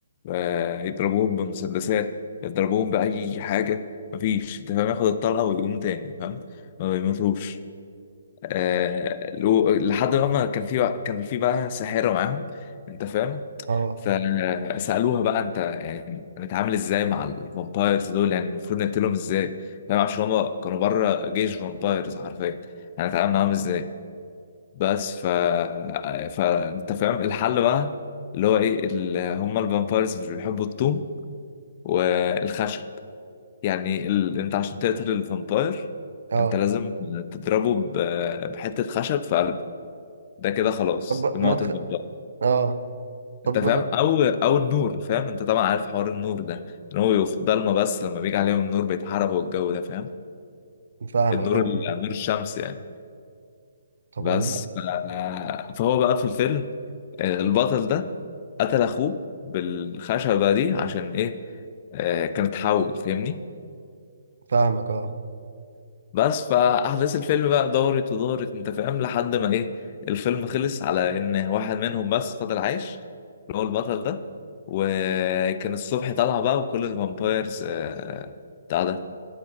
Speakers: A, on the left; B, on the right.
A: آه، يضربوهم بمسدسات يضربوهم بأي حاجة مفيش انت فاهم ياخد الطلقة ويقوم تاني فاهم ما بيموتوش آه لو- لحد ما كان في بقى- كان في بقى ساحرة معاهم انت فاهم
B: اه
A: فسألوها بقى انت يعني نتعامل ازاي مع الفامبايرز دول يعني المفروض نقتلهم ازاي فاهم عشان هما كانوا بره جيش فامبايرز حرفيا يعني نتعامل معاهم ازاي بس ف فانت فاهم الحل بقى اللي هو ايه ال... هما الفامبايرز مش بيحبوا الطوم والخشب يعني ال... انت عشان تقتل الفامباير
B: اه
A: انت لازم تضربه ب... بحتة خشب في قلبه ده كده خلاص
B: طب
A: يموت
B: ما تخ...
A: الفامباير
B: اه طب
A: انت فاهم او او النور فاهم انت طبعا عارف حوار النور ده ان هو يقف ضلمه بس لما بيجي عليهم النور بيتحرقوا والجو ده فاهم
B: فاهمك
A: النور
B: اه
A: ال- نور الشمس يعني
B: طب
A: بس
B: والله
A: ف- آه، فهو بقى في الفيلم آه، البطل ده قتل اخوه بالخشبة دي عشان ايه آه، كانت حول فاهمني
B: فاهمك اه
A: بس فاحداث الفيلم بقى دارت ودارت انت فاهم لحد ما ايه الفيلم خلص على ان واحد منهم بس فضل عايش اللي هو البطل ده وكان الصبح طالع بقى وكل الفامبايرز آه، بتاع ده